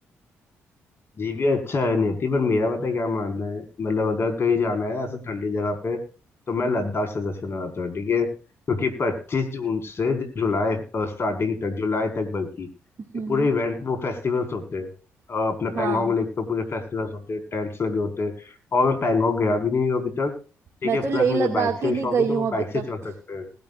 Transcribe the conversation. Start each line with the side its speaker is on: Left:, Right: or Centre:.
Left: जीपी अच्छा है नहीं होती पर मेरा पता है क्या मानना है मतलब अगर कहीं जाना है ऐसे ठंडी जगह पे तो मैं लद्दाख सजेस्ट करना चाहता हूँ ठीक है क्योंकि पच्चीस जून से ज- जुलाई स्टार्टिंग तक जुलाई तक बल्कि
Right: हम्म
Left: ये पूरे इवेंट वो फेस्टिवल्स होते हैं अ, अपने
Right: हाँ
Left: पैंगोंग लेक पे पूरे फेस्टिवल्स होते हैं टेंट्स लगे होते हैं और मैं पैंगोंग गया भी नहीं हूँ अभी तक ठीक
Right: मैं
Left: है
Right: तो
Left: प्लस
Right: लेह
Left: मुझे
Right: लद्दाख
Left: बाइक से
Right: ही नहीं
Left: शौक
Right: गई
Left: है तो
Right: हूँ
Left: मैं
Right: अभी
Left: बाइक से
Right: तक
Left: चल सकते हैं